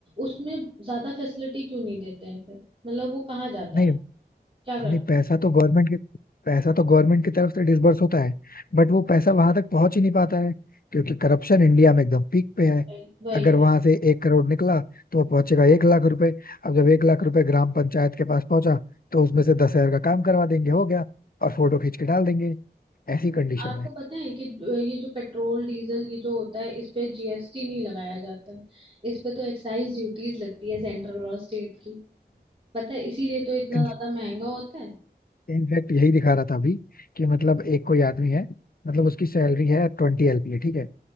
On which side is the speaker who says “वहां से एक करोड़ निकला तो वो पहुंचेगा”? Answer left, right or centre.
Left